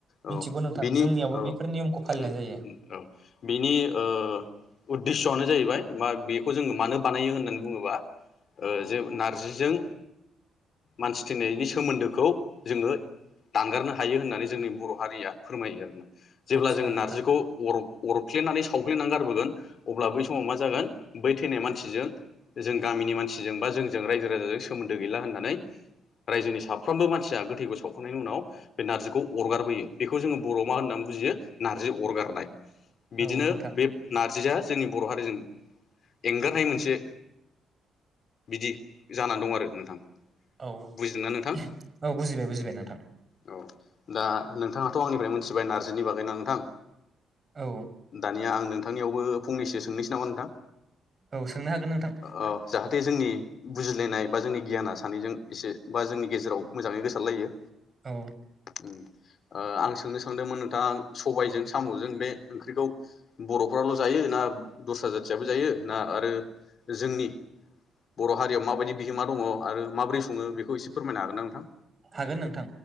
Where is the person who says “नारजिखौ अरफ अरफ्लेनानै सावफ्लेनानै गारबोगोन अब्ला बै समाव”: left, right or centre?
Left